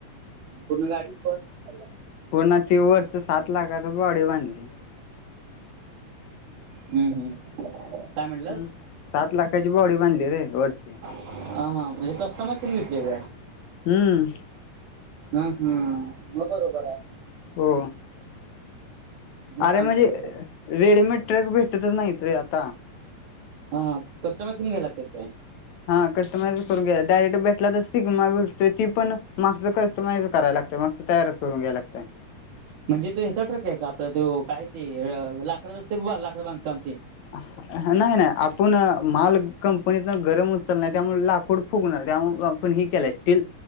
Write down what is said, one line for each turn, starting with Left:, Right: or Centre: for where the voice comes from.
Right: आणि पूर्ण गाडीची बस <unintelligible>
Left: पुन्हा ती वरच सात लाखाच बॉडी बांधली
Right: हम्म हम्म. काय म्हटलंस
Left: हम्म सात लाखाची बॉडी बांधली रे वरची.
Right: हा हा म्हणजे कस्टमाइज करून घेतली का काय?
Left: हम्म
Right: हम्म हम्म मग बरोबर हाय.
Left: हो,
Right: मग चांगलं
Left: अरे म्हणजे
Right: आहे सगळं
Left: रेडिमेट ट्रॅक भेटतच नाहीत रे आता.
Right: हा हा कस्टमाइज करून घ्यायला लागत्यात काय?
Left: हा, कस्टमाइज करून घ्याय, डायरेक्ट भेटला, तर सिग्मा भेटतोय, ती पण, मागचं कस्टमाइज कराय लागतय, मागच तयारच करून घ्याय लागतय.
Right: म्हणजे तो ह्याचा ट्रक ये का? आपल्या त्यो, काय ते लाकडच असते बबा, लाकड बांधकाम ते?
Left: अहा. नाही-नाही, आपुण माल, कंपनीतन गरम उचलाय, त्यामुळं लाकूड फुगणार, त्यामुळ आपण ही केल्यास स्टील,